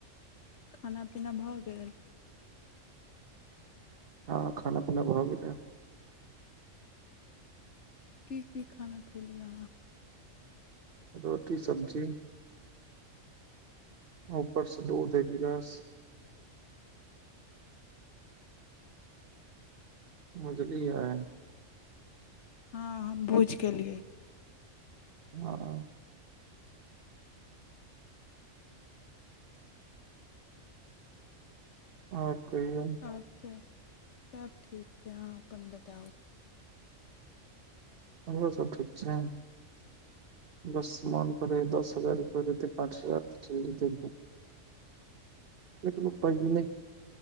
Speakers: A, on the left; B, on the right.
A: खाना पीना भऽ गेल
B: हँ खाना पीना भ गेलै
A: की की खाना खयेलियै अहाँ
B: रोटी सब्जी ऊपर स दुध एक गिलास समझलिय आ
A: हँ हम बुझी गेलेलियै
B: हँ आओर कहियो
A: आओर सब सब ठीक अहाँ अपन बताउ
B: हमरो सब ठीक छै बस मन करै दस हजार रुपआ रहितय पाँच हजार चल जेतए पर पाइये नय